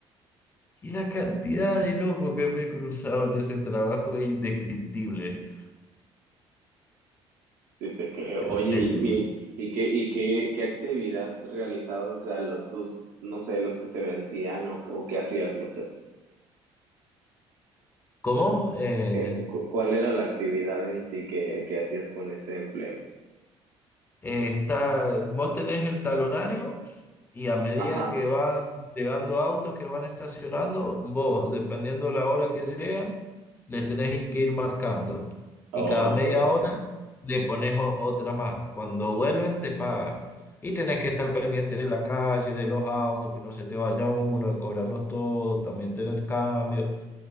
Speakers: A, on the left; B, on the right.
A: Y la cantidad de locos que me he cruzado en ese trabajo es indescriptible,
B: sí te creo.
A: en
B: Oye,
A: serio.
B: ¿y, y, y qué, y qué, qué actividad realizabas? O sea, lo, tú, no sé, los que se vencían o, o qué hacías, no sé.
A: ¿Cómo? Eh,
B: ¿Qué- cu- cuál era la actividad en sí que, que hacías con ese empleo?
A: Eh, está, vos tenés el talonario y a medida
B: Ajá,
A: que van llegando autos que van estacionando, vos, dependiendo de la hora que llegan, le tenés que ir marcando.
B: ok,
A: Y cada media hora le pones o- otra más. Cuando vuelven, te pagan. Y tenés que estar pendiente de la calle, de los autos, que no se te vaya uno, de cobrarlos todos, también tener cambios.